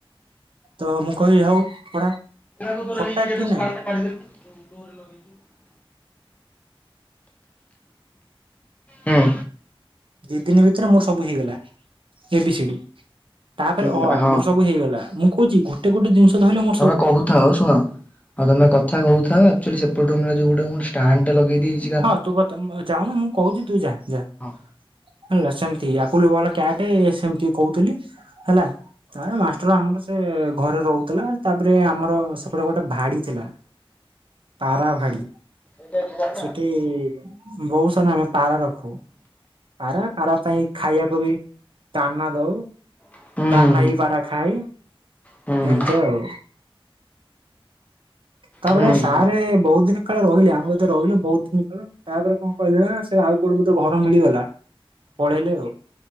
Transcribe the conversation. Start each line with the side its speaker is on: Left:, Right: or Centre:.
Right: ତମୁଁ କହିଲି ହଉ ପଢା
Left: <unintelligible>
Right: ଫଟା କିନା
Left: ହୁଁ।
Right: ଦି ଦିନି ଭିତରେ ମୋର ସବୁ ହେଇଗଲା ଏ ବି ସିଡି। ତାପରେ
Left: ହୁଁ ହୁଁ
Right: ଅ ଆ
Left: ହଁ
Right: ମୋର ସବୁ ହେଇଗଲା ମୁଁ କହୁଚି ଗୋଟେ ଗୋଟେ ଜିନିଷ ଧଇଲେ ମୁଁ
Left: ତମେ କହୁଥାଅ ଶୁଣ ଆଉ ତମେ କଥା କହୁଥାଅ ଆକ୍ଚୁଆଲି ସେପଟ ରୁମରେ ଯୋଉ ଗୋଟେ ମୁଁ ଷ୍ଟାଣ୍ଡେଟେ ଲଗେଇ ଦେଇିଚି
Right: ହଁ ତୁ କଥା ଯାଉନ ମୁଁ କହୁଚି ତୁ ଯା ଯା।
Left: ହଁ
Right: ହେଲା ସେମିତି ଆପୁଲୁ ବଲ କ୍ୟାଟ ସେମିତି କହୁଥିଲି ହେଲା ତାପରେ ମାଷ୍ଟର ଆମର ସେ ସେ ଘରେ ରହୁଥିଲା ତାପରେ ଆମର ସେପଟେ ଗୋଟେ ଭାଡ଼ି ଥିଲା ପାରାଭାଡ଼ି
Left: ଏଇଟା ଡ଼ିଲା
Right: ସେଠି ବହୁସାରା ଆମେ ପାରା ରଖୁ। ପାରା ପାରା ପାଇଁ ଖାଇବାକୁବି ଦାନା ଦଉ।
Left: ହୁଁ ହୁଁ
Right: ଦାନାଇ ପାରା ଖାଇ
Left: ହୁଁ
Right: ଏମିତି ଆଉ। ତାପରେ
Left: ହୁଁ
Right: ସାରେ
Left: ହୁଁ
Right: ବହୁତ୍ ଦିନ କାଳେ ରହିଲେ ଆମେ କତୀରେ ରହିଲେ। ବହୁତ୍ ଦିନି ପରେ ତାପରେ କଣ କହିଲେନାସେ ଆଉ କୋଉଠି ବୋଧେ ଘର ମିଳିଗଲା ପଳେଇଲେ ଆଉ।